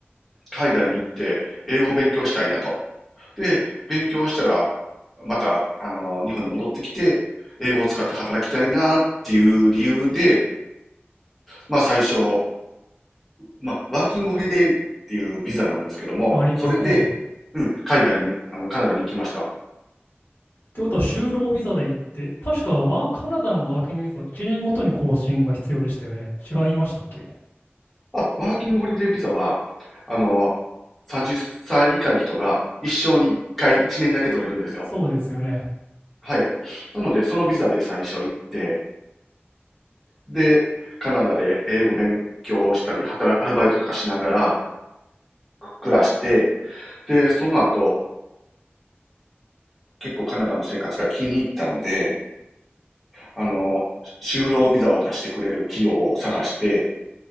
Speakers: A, in the centre; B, on the left.
A: 海外に行って英語を勉強したいなと。で、勉強したら、また、あの、日本に戻ってきて、英語を使って働きたいなっていう理由で、まあ最初、まあ、ワーキングホリデーっていうビザなんですけども、
B: ありますね。
A: それで、
B: っ
A: うん、海外に、あの、カナダに行きました。
B: てことは、就労ビザで行って、確かはカナダのワーキングビザは1年ごとに更新が必要でしたよね。違いましたっけ
A: あ、ワーキングホリデービザは、あの、30歳以下の人が一生に1回1年だけ取れるんですよ。
B: そうですよね。
A: はい。なので、そのビザで最初行って、で、カナダで英語勉強したり、働く、アルバイトとかしながら暮らして、で、その後、結構カナダの生活が気に入ったので、あの、就労ビザを出してくれる企業を探して、